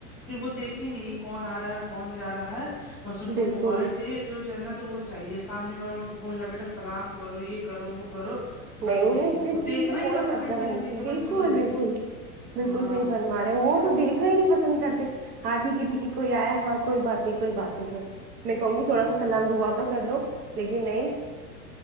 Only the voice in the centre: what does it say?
پھر وہ دیکھیں گے نہیں کون آ رہا ہے کون جا رہا ہے بس ان کو
موبائل چاہیے جو جاننا تو وہ چاہیے سامنے والا ان کو بولنا بیٹا سلام کرو یہ کرو وہ کرو بس
نہیں
وہ
دیکھنا
ہی
پسند
کریں
گے کہ
بچوں کو دیکھو
ہاں
صحیح
بولا